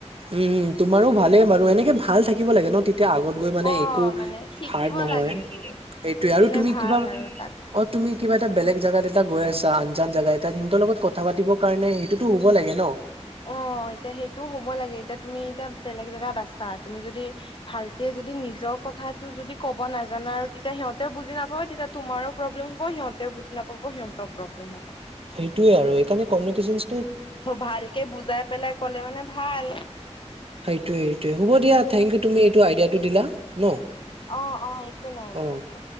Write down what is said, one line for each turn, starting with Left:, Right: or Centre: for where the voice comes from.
Right: উমম তোমাৰো ভালে বাৰু। এনেকে ভাল থাকিব লাগে ন টিত এতিয়া আগত গৈ মানে
Left: অ
Right: একো
Left: মানে শিকিব
Right: হাৰ্ড নহয়।
Left: লাগে
Right: সেইটোৱে
Left: এইবোৰ শিকিলে
Right: আৰু তুমি
Left: ভাল
Right: কিবা
Left: আৰু তাক
Right: অ তুমি কিবা এটা বেলেগ জাগাত এটা গৈ আছা, আনজান জেগা এটাত। সিনতৰ লগত কথা পাতিৰ কাৰণে সেইটোতো হ'ব লাগে ন
Left: অ। অ এতিয়া সেইটো হ'ব লাগে। এতিয়া তুমি এতিয়া বেলেগ জেগাত আছা, তুমি যদি ভালকে যদি নিজৰ কথা টো যদি ক'ব নাজানা আৰু তেতিয়া সিহঁতেও বুজি নাপাব। তেতিয়া তোমাৰো প্ৰব্লেম হ'ব, সিহঁতেও বুজি নাপাব। অ সিহঁতৰ প্ৰব্লেম হ'ব।
Right: সেইটোৱে আৰু এইকাৰণে কমিউনিকেচন
Left: ত ভালকে বুজাই পেলাই কলে মানে ভাল।
Right: সেইটোৱে, সেইটোৱে। হ'ব দিয়া, থেংক ইউ তুমি এইটো আইডিয়াটো দিলা। ন?
Left: অ-অ, একো নাই
Right: অ
Left: দিয়া হব।